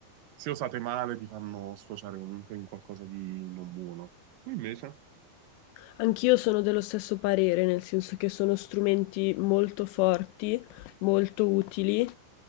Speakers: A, on the right; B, on the left.
A: se usate male ti fanno sfociare comunque in qualcosa di non buono. Tu invece?
B: Anch'io sono dello stesso parere, nel senso che sono strumenti molto forti, molto utili,